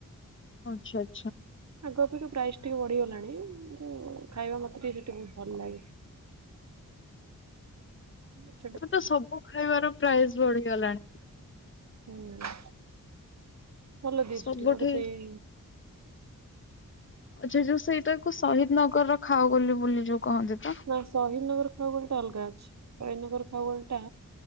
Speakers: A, on the left; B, on the right.
A: ଅଚ୍ଛା।
B: ଆଗ ଅପେକ୍ଷା ପ୍ରାଇସ୍ ଟିକେ ବଢ଼ି ଗଲାଣି, କିନ୍ତୁ ଖାଇବା ମୋତେ ଟିକେ ସେଠି ବହୁତ ଭଲ ଲା <unintelligible>
A: ଏବେ ତ ସବୁ ଖାଇବାର ପ୍ରାଇସ୍ ବଢ଼ିଗଲାଣି।
B: ହୁଁ। ଭଲ ଦିଏ
A: ସବୁଠି
B: ସେଠି ମତେ ସେଇ
A: ଆଛା ଯୋଉ ସେଇଟାକୁ ସହିଦ ନଗରର ଖାଉ ଗଲି ବୋଲି ଯୋଉ କହନ୍ତି ତ।
B: ହଁ ସହିଦନଗର ଖାଓ ଗଳ ଟା ଅଲଗା ଅଛି, ଫାଇନଗର ଖାଓଗଳି ଟା